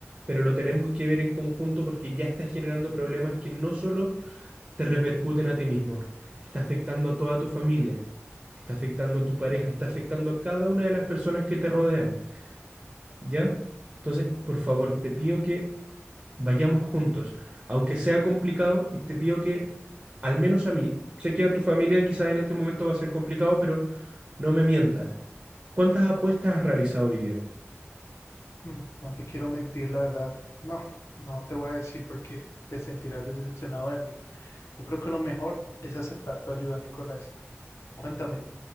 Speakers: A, on the right; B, on the left.
A: pero lo tenemos que ver en conjunto porque ya estás generando problemas que no solo te repercuten a ti mismo, está afectando a toda tu familia, está afectando a tu pareja, está afectando a cada una de las personas que te rodean, ¿ya? Entonces, por favor, te pido que Vayamos juntos, aunque sea complicado, y te pido que, al menos a mí, sé que a tu familia quizás en este momento va a ser complicado, pero no me mientas. ¿Cuántas apuestas has realizado hoy día?
B: Mm, No te quiero mentir, la verdad. No, no te voy a decir porque te sentirás decepcionado de mí. Yo creo que lo mejor es aceptar tu ayuda, Nicolás. Cuéntame,